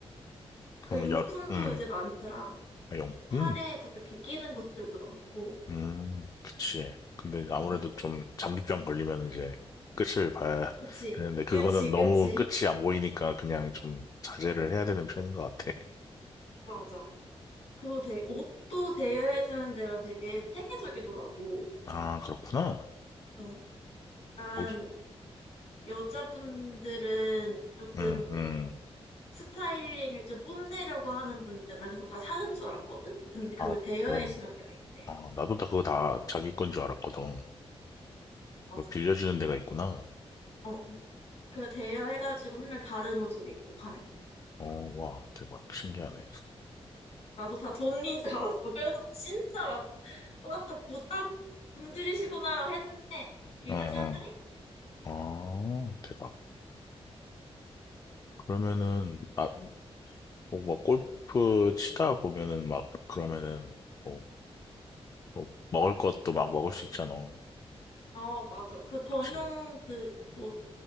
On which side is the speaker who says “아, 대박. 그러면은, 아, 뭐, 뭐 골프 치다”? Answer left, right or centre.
Left